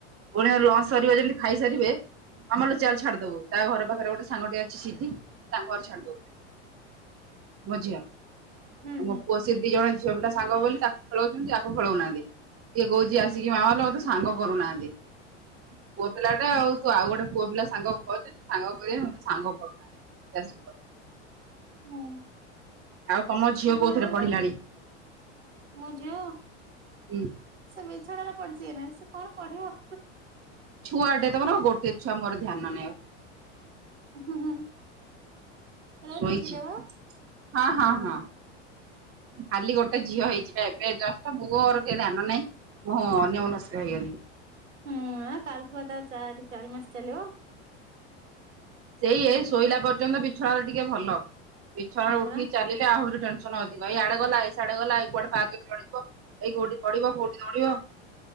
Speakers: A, on the right (about 40°); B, on the right (about 80°).
A: ପୁଣି ଲଞ୍ଚ ସରିବ ଯେମିତି ଖାଇସାରିବେ ମାମା ଲୋ ଚାଲେ ଛାଡି ଦବୁ ତା ଘର ପାଖରେ ଗୋଟେ ସାଙ୍ଗଟିଏ ଅଛି ସିଦ୍ଧି। ତାଙ୍କ ଘରେ ଛାଡି ଦବୁ ମୋ ଝିଅ,
B: ହୁଁ
A: ମୋ ପୁଅ ସେ ଦି ଜଣ ଝିଅ ପିଲା ସାଙ୍ଗ ବୋଲି ତାକୁ ଖେଳେଉଚନ୍ତି ଆକୁ ଖେଳଉନାହାନ୍ତି। ଇଏ କୋହୁଚି ଆ <unintelligible> ମା ଲୋ ମୋତେ ସାଙ୍ଗ କରୁନାହାନ୍ତି। ପୋ ପିଲାଟେ ଆଉ ତୁ ଆଉ ଗୋଟେ ପୁଅ ପିଲା ସାଙ୍ଗ ଖୋଜ ସାଙ୍ଗ କରିବା ମୋତେ ସାଙ୍ଗ କରୁନାହାନ୍ତି। <unintelligible> କର।
B: ହୁଁ
A: ଆଉ ତମ ଝିଅ
B: ପୁଅ ପିଲା
A: କୋଉଥିରେ
B: ଟା ବୋଲି
A: ପଢିଲାଣି
B: ତାକୁ ମୋ ଝିଅ
A: ହୁଁ
B: ସେ ବିଛଣାରେ ପଡିଛି ଏଇ ନେ ସେ କଣ ପଢିବ।
A: ଛୁଆଟେ ତମର ଗୋଟେ ଛୁଆ ମୋର ଧ୍ୟାନ ନାଇ ଆଉ
B: ହୁଁ ହୁଁ ହୁଁ ଏଇଟା
A: ଶୋଇଛି
B: ଟିକି ଟା ପା ହୁଁ।
A: ହଁ ହଁ ହଁ ଖାଲି ଗୋଟେ ଝିଅ ହେଇଛି ଏବେ ଜଷ୍ଟ ମୋର ଧ୍ୟାନ ନାହିଁ ମୁଁ ଅନ୍ୟମନସ୍କ ହେଇଗଲି।
B: ହୁଁ କାଲି ଠୁ ବା ଚା ଚାରି ମାସ ଚାଲିବ।
A: ସେଇ
B: ହୁଁ
A: ଏଇ ଶୋଇଲା ପର୍ଯ୍ୟନ୍ତ ବିଛଣାରେ ଟିକେ ଭଲ। ବିଛଣାରେ
B: ହଁ ପରା
A: ଉଠିକି ଚାଲିଲେ ଆହୁରି ଟେନସନ ଅଧିକ ଏଇଆଡେ ଗଲା ସେଆଡେ ଗଲା ଏଇ କୁଆଡେ ପାହାଚରେ ଚଢିଯିବ ଏଇ ଗୋଡି ପଡିବ କୋଉଠି ଦୌଡିବ।